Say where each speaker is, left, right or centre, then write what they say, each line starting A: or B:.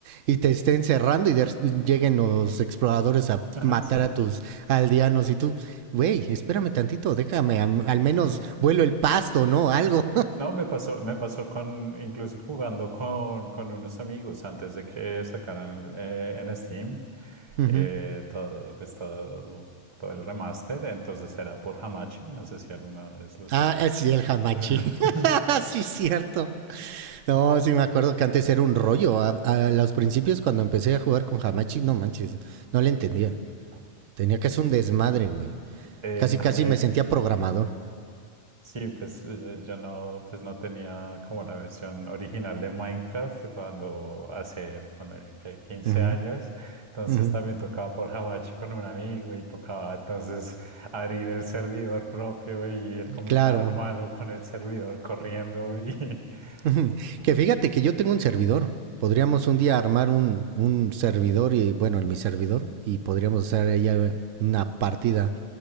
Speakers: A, on the right; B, on the right.
A: y te estén cerrando y de- lleguen los exploradores a
B: Ajá,
A: matar
B: sí.
A: a tus aldeanos y tú, güey, espérame tantito, déjame, am- al, menos
B: Mm.
A: vuelo el pasto, ¿no? Algo.
B: No, me pasó, me pasó con, incluso jugando con, con unos amigos antes de que sacaran eh, en Steam
A: <laughs> Ujú.
B: eh, todo, pues todo, todo el remaster. Entonces era por Hamachi. No sé si alguna vez lo usaste.
A: Ah, eh, sí, el hamachi.
B: <laughs>
A: <laughs> sí, cierto. No, sí me acuerdo que antes era un rollo. A, a los principios cuando empecé a jugar con Hamachi, no manches, no le entendía. Tenía que hacer un desmadre, güey.
B: Eh,
A: Casi,
B: también.
A: casi me sentía programador.
B: Sí, pues yo, yo no, pues no tenía como la versión original de Minecraft cuando hace ponle, que 15
A: Ujú,
B: años, entonces
A: ujú.
B: también tocaba por Hamachi con un amigo y tocaba entonces abrir el servidor propio y el computador
A: Claro.
B: malo con el servidor corriendo y <laughs>
A: <laughs> que fíjate que yo tengo un servidor. Podríamos un día armar un, un servidor y, bueno, en mi servidor, y podríamos hacer ella una partida.